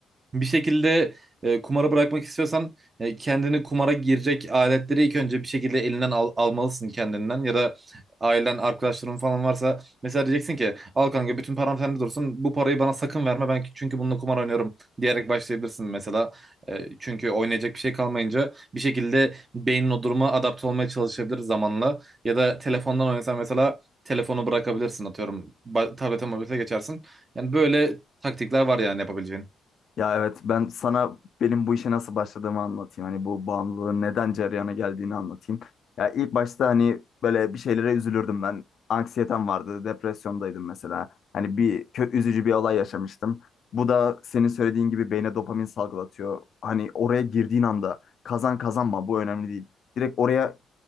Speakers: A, on the right; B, on the left.
A: bir şekilde e, kumara bırakmak istiyorsan e, kendini kumara girecek aletleri ilk önce bir şekilde elinden al- almalısın kendinden ya da ailen arkadaşların falan varsa mesela diyeceksin ki al kanka bütün param sende dursun bu parayı bana sakın verme ben çünkü bununla kumar oynuyorum diyerek başlayabilirsin mesela E, çünkü oynayacak bir şey kalmayınca bir şekilde beynin o duruma adapte olmaya çalışabilir zamanla ya da telefondan oynasan mesela telefonu bırakabilirsin atıyorum ba- tablete mobilite geçersin yani böyle taktikler var yani yapabileceğin.
B: Ya evet ben sana benim bu işe nasıl başladığımı anlatayım. Hani bu bağımlılığın neden cereyana geldiğini anlatayım. Ya ilk başta hani böyle bir şeylere üzülürdüm ben. Anksiyetem vardı, depresyondaydım mesela. Hani bir kö üzücü bir olay yaşamıştım. Bu da senin söylediğin gibi beyne dopamin salgılatıyor. Hani oraya girdiğin anda kazan kazanma bu önemli değil. Direkt oraya